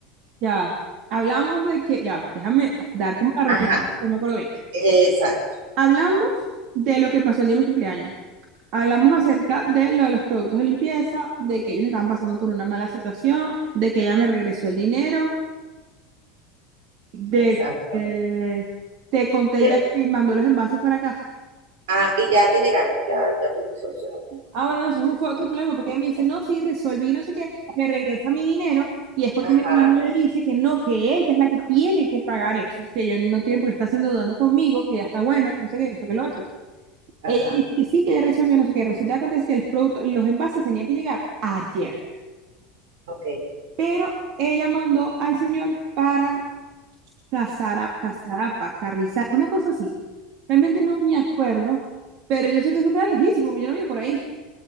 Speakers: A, on the right (about 60°); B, on the right (about 75°).
A: ya, hablamos de que, ya, déjame dar como la retro,
B: Ajá,
A: no me acuerdo bien.
B: exacto,
A: Hablamos de lo que pasó el día de mi cumpleaños. Hablamos
B: es-
A: acerca de lo de los productos de limpieza, de que ellos estaban pasando por una mala situación, de que ella me regresó el dinero, de
B: exacto.
A: que te conté
B: Pero,
A: ya que mandó los envases para acá.
B: ah, y ya te llegaron, ya, ya pudiste solucionar.
A: Ah, bueno, no, eso fue otro problema, porque ella me dice, no, sí, resolví, no sé qué, me regresa mi dinero, y es porque
B: Ajá,
A: mi hermano le dice que no, que ella es la que tiene que pagar eso, que yo no tiene porque está endeudando conmigo, que ya está bueno, que no sé qué, que esto, que lo otro.
B: ajá,
A: Ella me dice que sí, que ya resolvió, no sé qué. Resulta que acontece que los productos, los envases tenían que llegar ayer,
B: ok.
A: pero ella mandó al señor para Casara, Casarapa, Carrizal, una cosa así. Realmente no me acuerdo, pero yo sé que eso queda lejísimo, porque yo no vivo por ahí.